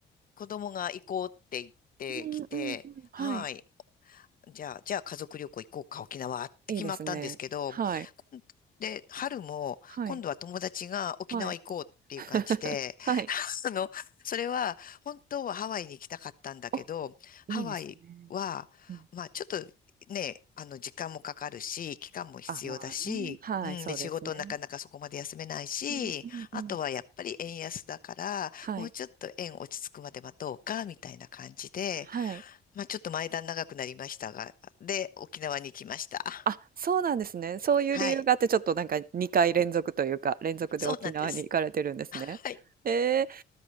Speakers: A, on the left; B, on the right.
A: 子供が行こうって言ってきて、
B: うんうんうん。はい。
A: はい、じゃあ、じゃあ家族旅行行こうか、沖縄って決まったんですけど、
B: いいですね。はい。
A: で、春も、
B: はい。
A: 今度は友達が沖縄行こうっていう感じで、
B: はい。<laughs> はい。
A: <laughs> あの、それは、本当はハワイに行きたかったんだけど、
B: お、いいですね。
A: ハワイは、
B: うん。
A: まあ、ちょっとね、あの、時間もかかるし、期間も必要だし、
B: あ、まあね。はい、
A: うん、
B: そうですね。
A: で、仕事なかなかそこまで休めないし、
B: うんうんうん。
A: あとはやっぱり円安だから、
B: はい。
A: もうちょっと円落ち着くまで待とうか、みたいな感じで、
B: はい。
A: まあ、ちょっと前段長くなりましたが、で、沖縄に行きました。
B: あ、そうなんですね。そういう理由があって、
A: はい。
B: ちょっとなんか2回連続というか、連続で沖縄に行かれてるんですね。
A: そうなんです。はい。
B: えー